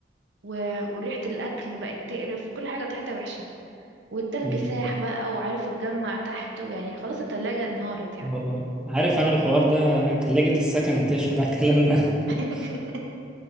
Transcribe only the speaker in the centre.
مم.
هو- هو. عارف أنا الحوار ده تلاجة السكن تشهد على الكلام ده
<laughs>